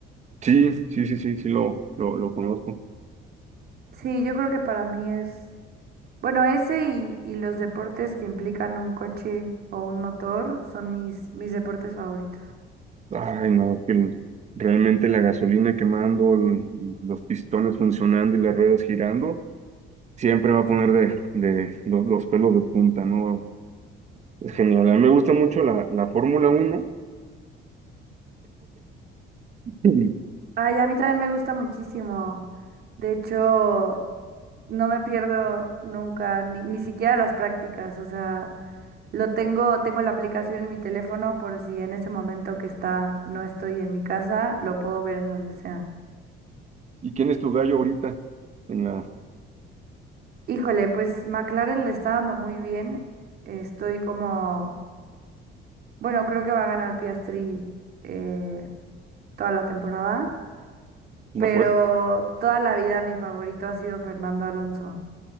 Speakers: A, on the right (about 35°); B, on the right (about 50°).
A: Sí, sí, sí, sí, sí lo, lo, lo conozco.
B: Sí, yo creo que para mí es, bueno, ese y, y los deportes que implican un coche o un motor son mis, mis deportes favoritos.
A: Ay, no, que realmente la gasolina quemando, l- los pistones funcionando y las ruedas girando, siempre va a poner de, de los, los pelos de punta, ¿no? Es genial. A mí me gusta mucho la, la Fórmula Uno <clears throat>
B: Ay, a mí también me gusta muchísimo. De hecho, no me pierdo nunca, ni, ni siquiera las prácticas. O sea, Lo tengo, tengo la aplicación en mi teléfono por si en ese momento que está, no estoy en mi casa, lo puedo ver en donde sea.
A: ¿Y quién es tu gallo ahorita en la,
B: Híjole, pues McLaren le está dando muy bien. Estoy como, bueno, creo que va a ganar Piastri eh, toda la temporada,
A: en
B: pero
A: la fuerza?
B: toda la vida mi favorito ha sido Fernando Alonso.